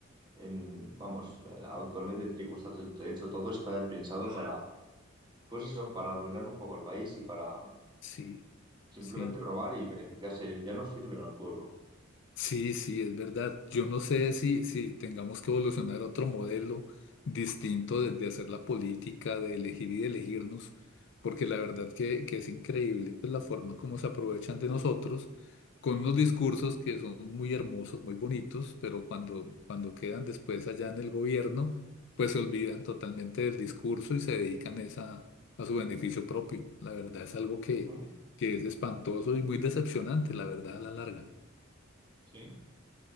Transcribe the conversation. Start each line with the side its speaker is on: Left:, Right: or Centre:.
Right: en, vamos, actualmente, tal y como está to- hecho todo, está pensado para Pues eso, para arruinar un poco el país y para
Left: Sí,
Right: simplemente
Left: sí.
Right: robar y beneficiarse, ya no sirven al pueblo.
Left: Sí, sí, es verdad. Yo no sé si, si tengamos que evolucionar a otro modelo distinto de, de hacer la política, de elegir y de elegirnos, porque la verdad que, que es increíble pues, la forma como se aprovechan de nosotros con unos discursos que son muy hermosos, muy bonitos, pero cuando, cuando quedan después allá en el gobierno, pues se olvidan totalmente del discurso y se dedican es a, a su beneficio propio. La verdad es algo que,
Right: Ujú.
Left: que es espantoso y muy decepcionante, la verdad, a la larga.
Right: Sí.